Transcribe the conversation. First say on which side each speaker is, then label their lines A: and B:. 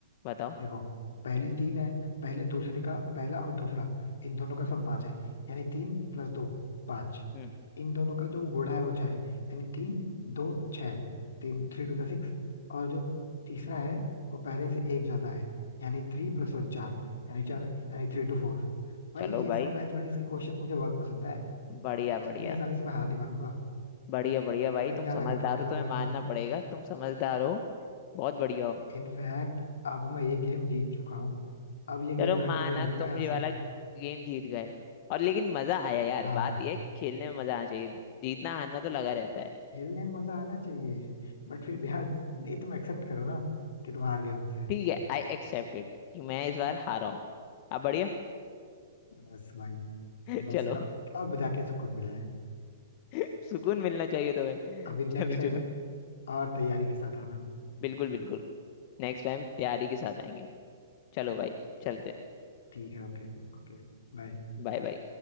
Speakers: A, on the left; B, on the left.
A: बताओ
B: देखो पहले तीन है पहले दूसरे का पहला और दूसरा इन दोनों का सम पांच है यानी तीन प्लस दो पांच
A: हम्म
B: इन दोनों का जो गुणा है वो छह है यानी तीन दो छह तीन थ्री टू द सिक्स और जो तीसरा है वो पहले से एक ज्यादा है यानी थ्री प्लस वन चार यानी चार है यानी थ्री टू फोर भाई
A: चलो
B: ये
A: भाई
B: सब मैथमेटिक्स के क्वेश्चन मुझे बहुत पसंद है
A: बढ़िया बढ़िया
B: इतनी आसानी से मैं हार नहीं मानूंगा
A: बढ़िया बढ़िया भाई
B: तुम्हें
A: तुम
B: क्या
A: समझदार
B: लगा था मतलब
A: हो तुम्हें
B: मैं
A: मानना
B: कि
A: पड़ेगा तुम समझदार हो बहुत बढ़िया हो
B: इनफैक्ट अब मैं ये गेम जीत चुका हूँ अब ये गेम
A: चलो माना
B: कंटिन्यू नहीं
A: तुम
B: होगा यहाँ
A: ये वाला
B: से
A: गेम जीत गए और लेकिन मजा आया यार
B: हाँ
A: बात यह है, खेलने में मजा आना चाहिए जीतना हारना तो लगा रहता है
B: खेलने में मजा आना चाहिए बट फिर भी यार नहीं तुम एक्सेप्ट करो ना कि तुम हार गए मुझसे
A: ठीक है आई एक्सेप्ट इट कि मैं इस बार हारा हूँ अब बढ़िया
B: बस भाई
A: <laughs>
B: बस
A: चलो
B: अब अब जाके सुकून मिला है
A: <laughs> सुकून मिलना चाहिए तुम्हें
B: अभी नेक्स्ट
A: चलो
B: टाइम
A: चलो
B: और तैयारी के साथ आना
A: बिल्कुल बिल्कुल नेक्स्ट टाइम तैयारी के साथ आएंगे चलो भाई चलते
B: ठीक है ओके Okay bye
A: Bye bye